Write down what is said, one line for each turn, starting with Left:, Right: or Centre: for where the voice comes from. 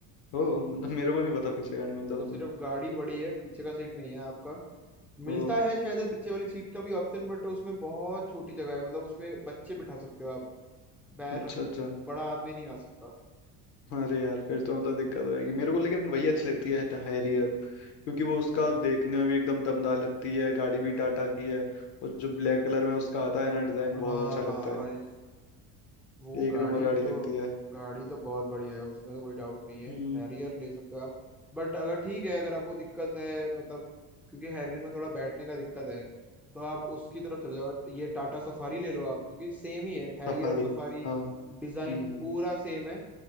Left: ओ मतलब मेरे को नहीं पता पीछे गाड़ी मिलता
Centre: वो
Left: उसमें
Centre: सिर्फ गाड़ी बड़ी है पीछे का सीट नहीं है आपका मिलता
Left: ओ
Centre: है शायद पीछे वाली सीट का भी ऑप्शन बट उसमें बहुत छोटी जगह है मतलब उसमें बच्चे बिठा सकते हो आप पैर
Left: अच्छा
Centre: रखने
Left: अच्छा
Centre: बड़ा आदमी नहीं आ सकता
Left: अरे यार फिर तो मतलब दिक्कत हो जाएगी मेरे को लेकिन वही अच्छी लगती है हैरियर क्योंकि वो उसका देखने में भी एकदम दमदार लगती है गाड़ी भी टाटा की है और जो ब्लैक कलर में उसका आता है ना डिजाइन
Centre: हाँ
Left: बहुत अच्छा लगता
Centre: हाँ, भाई
Left: है
Centre: वो गाड़ी
Left: एक नंबर गाड़ी
Centre: तो
Left: लगती
Centre: गाड़ी तो बहुत बढ़िया है उसमें तो कोई डाउट नहीं है
Left: है
Centre: हैरियर ले सकते हो आप बट अगर ठीक है अगर आपको दिक्कत है मतलब क्योंकि हैरियर में थोड़ा बैठने का दिक्कत है तो आप उसकी तरफ चले जाओ ये टाटा सफारी ले लो आप क्योंकि सेम ही है हैरियर
Left: सफारी
Centre: और सफारी
Left: हाँ
Centre: डिजाइन
Left: हम्म
Centre: पूरा सेम है